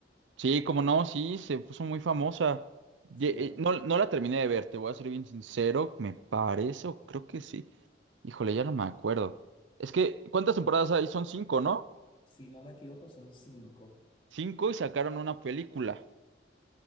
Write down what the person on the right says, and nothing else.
Sí, como no, sí, se puso muy famosa. Ye-
eh, No, no la terminé de ver, te voy a ser bien sincero, me parece, o creo que sí. Híjole, ya no me acuerdo. Es que, ¿cuántas temporadas hay? Son cinco, ¿no?
Cinco y sacaron una película,